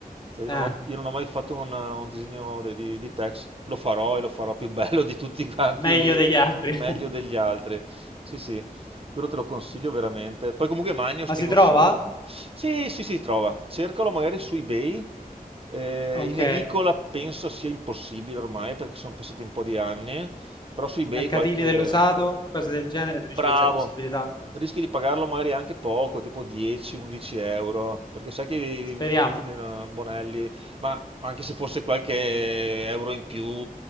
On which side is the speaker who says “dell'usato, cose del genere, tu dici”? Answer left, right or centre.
Left